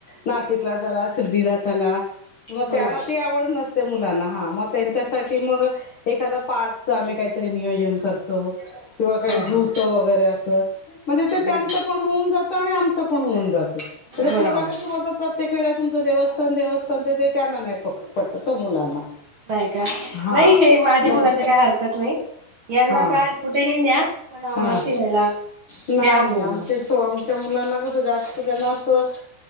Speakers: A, on the left; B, on the right.
A: नाशिकला चला, शिर्डीला चला मग
B: हो
A: त्यांना
B: ना
A: ती आवड नस ते मुलांना हा मग त्यांच्यासाठी मग एखादा पार्कच आम्ही काहीतरी नियोजन करतो. किंवा काही
B: हो
A: झूचं
B: हो
A: वगैरे असं म्हणजे ते त्यांचं
B: हो हो
A: पण होऊन जातं आणि आमचं पण होऊन जात. पोरा
B: हो ना हो
A: कशी
B: ना.
A: बोलतात. प्रत्येक वेळे तुमच देवस्थान देवस्थान ते ते त्यांना नाही फक्त पटत तो मुलांना.
B: नाही का
A: हा
B: नाही माझ्या
A: मग
B: मुलाची काही हरकत नाही. यांना
A: हा
B: काय कुठेही न्या पण आम्हाला
A: हा
B: फिरायला.
A: नाही
B: न्या हो
A: आमच्या
B: असं
A: आमच्या
B: हम्म
A: मुलांना कसं जास्त त्यांना असं.